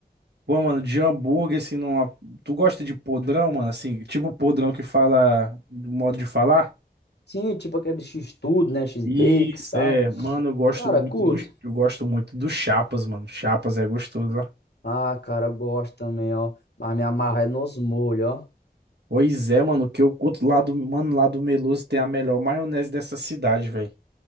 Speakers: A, on the right; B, on the left.
A: pô, mano, de hambúrguer, assim, numa... tu gosta de podrão, mano? Assim, tipo podrão que fala do modo de falar?
B: Sim, tipo aquele X-tudo, né? X-bacon
A: Isso,
B: e tal.
A: é, mano, eu gosto
B: Cara,
A: muito
B: curto.
A: do, eu gosto muito do Chapas, mano. Chapas é gostoso, ó.
B: Ah, cara, eu gosto também, ó. Mas minha amarra é nos molhos, ó.
A: Pois é, mano, que eu curto lá do, mano, lá do Meloso tem a melhor maionese dessa cidade, velho.